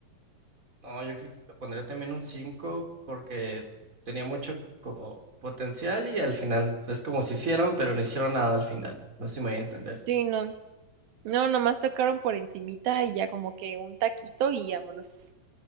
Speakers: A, on the right; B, on the right.
A: No, yo creo que le pondría también un 5 porque tenía mucho como potencial y al final es como si hicieron, pero no hicieron nada al final. No sé si me voy a entender.
B: Sí, no. No, nomás tocaron por encimita y ya como que un taquito y vámonos.